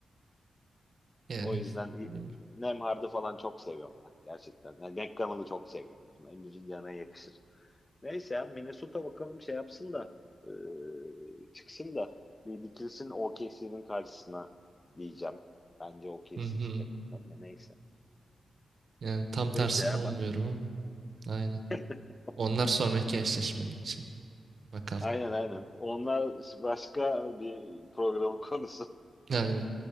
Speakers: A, on the right; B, on the left.
A: Yani
B: O yüzden e,
A: bilmiyorum.
B: Nemhard'ı falan çok seviyorum ya gerçekten. Yani Nekkan'ı çok seviyorum. Yani Emre'nin yanına yakışır. Neyse ya Minnesota bakalım şey yapsın da e, çıksın da bir dikilsin OKC'nin karşısına diyeceğim. Bence OKC
A: hı hı.
B: çıkacak ondan da neyse.
A: Yani tam
B: Neyse
A: tersini
B: ya
A: umuyorum
B: bak.
A: ama. Aynen.
B: <laughs>
A: Onlar sonraki eşleşmenin şey. Bakalım.
B: Aynen aynen. Onlar başka bir programın konusu.
A: Aynen.